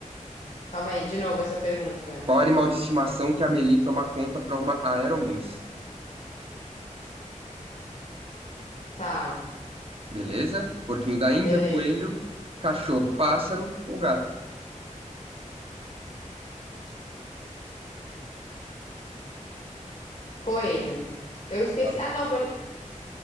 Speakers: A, on the left; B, on the right.
A: Calma aí, de novo essa pergunta.
B: Qual animal de estimação que a Meli toma conta para uma aeromoça?
A: Tá,
B: Beleza? Porquinho da Índia,
A: beleza.
B: coelho, cachorro, pássaro ou gato?
A: Coelho. Eu esqueci.
B: Tá.
A: Ah, não, por...